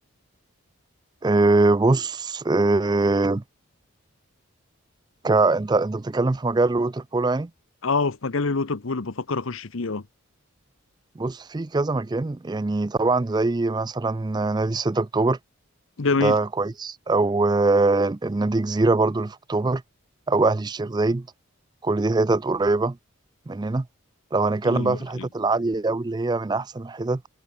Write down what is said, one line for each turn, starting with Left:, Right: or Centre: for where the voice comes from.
Right: آه، بص آه، ك... أنت أنت بتتكلم في مجال الووتر بولو يعني
Left: اه في مجال الوتر بول بفكر اخش فيه اه
Right: بص في كذا مكان يعني طبعا زي مثلا نادي 6 أكتوبر
Left: جميل
Right: ده كويس او آه، النادي جزيرة برضو اللي في اكتوبر او اهلي الشيخ زايد كل دي حتت قريبة مننا لو هنتكلم
Left: ايوه
Right: بقى في الحتت
Left: ايوه
Right: العالية أوي اللي هي من أحسن الحتت